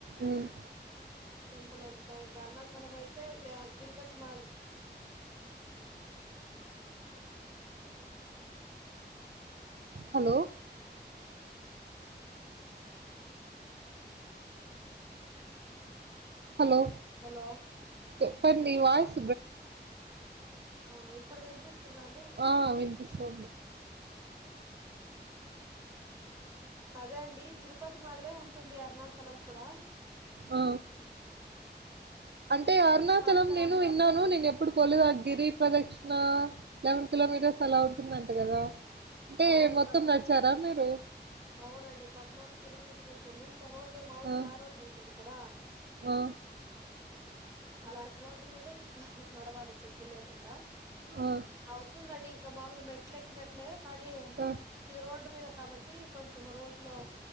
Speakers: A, on the right (about 70°); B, on the right (about 15°).
A: ఉమ్
B: టెంపుల్ అంతా ఇంకా అరుణాచలం అయితే తిరుపతి మాధరి
A: హలో హలో
B: హలో
A: చెపాండి మి నివాస
B: అవునా ఇప్పుడు వినిపిస్తుందా అండి
A: ఆ వినిపిస్తుంది
B: అదే అండి తిరుపతి మాదిరే ఉంటుంది అరుణాచలం కూడా
A: ఆ అంటే అరుణాచలం
B: అక్క
A: నేను విన్నాను నేను పప్పుడుకోలేధా గిరిప్ ప్రదక్షిణ లెకున్ కిలోమీటర్స్ అలా ఉంటుందంట కదా అంటే
B: అవును
A: మొత్తం
B: పద్
A: నడిచారా మీరు
B: అవునండి పద్నాలుగు కిలోమీటర్ ఉంటు ఉంటంది ఇంకా రోడ్డు మామూలు
A: ఆ
B: త రోడ్డు ఉంటుంది కదా
A: ఆ
B: అలాంటి రోడ్డు మీద ఇంకా నడవాలి చెప్పులే కుండా అవుతుందం
A: ఆ
B: అవతుంధండి ఇక మామలు మెట్ల ఎక్కినట్లే కది
A: ఆ
B: ఇది రోడ్డు మీద కాబట్టి కొంచెం రోడ్ లో